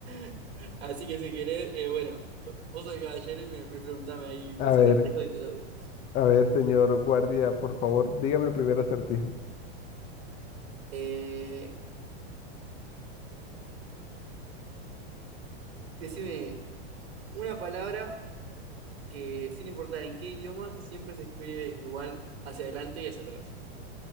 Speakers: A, on the right (about 85°); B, on the left (about 20°).
A: <laughs> Así que si querés, eh, bueno, vos sos el caballero y me, me preguntame ahí los
B: A ver,
A: acertijos y te lo digo.
B: a ver, señor guardia, por favor, dígame el primer acertijo.
A: Eh, decime una palabra que sin importar en qué idioma, siempre se escribe igual hacia adelante y hacia atrás.